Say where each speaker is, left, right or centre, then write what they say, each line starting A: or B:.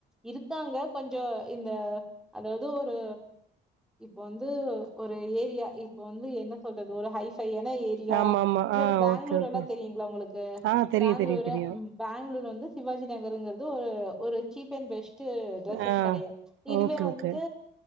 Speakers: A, in the centre; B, on the right (about 80°).
A: இருக்காங்க கொஞ்சோ இந்த அதாவது ஒரு இப்ப வந்து ஒரு ஏரியா இப்ப வந்து என்ன சொல்றது ஒரு ஹை என ஏரியா
B: ஆமா ஆமா
A: இப்ப
B: ஆ
A: பேங்களூர்
B: ஓகே ஓகே
A: எல்லா தெரியுங்களா உங்களுக்கு
B: ஆ தெரியு
A: பேங்களூரு
B: தெரியு தெரியு
A: பேங்களூர் வந்து சிவாஜி நகருங்கள் ஒரு சீப் அன் பெஸ்ட் டஸ்சு
B: ஆ
A: கிடையா இதுவே
B: ஓகே
A: வந்துட்டு
B: ஓகே